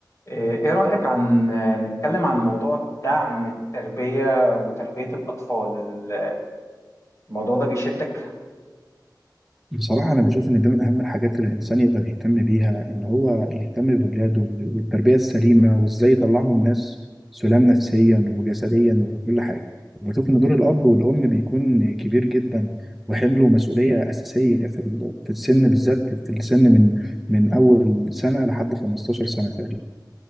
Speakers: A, on the left (about 40°); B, in the centre.
A: إيه رأيك عن نتكلم عن موضوع دعم التربية وتربية الأطفال ال- الموضوع ده بيشدك
B: بصراحة أنا بشوف إن ده من أهم الحاجات اللي الإنسان يقدر يهتم بيها إن هو يهتم بولاده والتربية السليمة وإزاي يطلعهم ناس سلام نفسيا وجسديا وكل حاجة وبشوف إن دور الأب والأم بيكون كبير جدا وحمله مسؤولية أساسية في ال- في السن بالذات في السن من من أول سنة لحد 15 سنة تقريبا